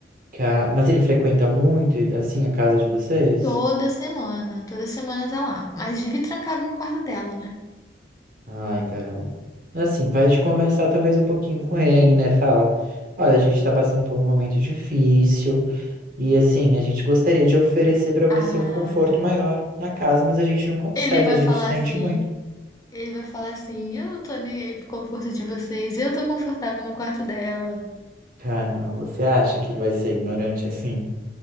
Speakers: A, on the right (about 50°); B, on the left (about 20°).
A: Cara, mas ele frequenta muito, ele- assim, a casa de vocês?
B: Toda semana, toda semana tá lá. Mas vive trancado no quarto dela, né?
A: Ai, caramba. Mas, Assim, vai de conversar talvez um pouquinho com ele, né? Fala, olha, a gente tá passando por um momento difícil e, assim, a gente gostaria de oferecer pra você
B: Ah,
A: um conforto maior na casa, mas a gente não consegue,
B: ele vai
A: a gente
B: falar
A: sente
B: assim.
A: muito.
B: Ele vai falar assim: eu não tô nem aí pro conforto de vocês, eu tô confortável no quarto dela.
A: Caramba, você acha que ele vai ser ignorante assim?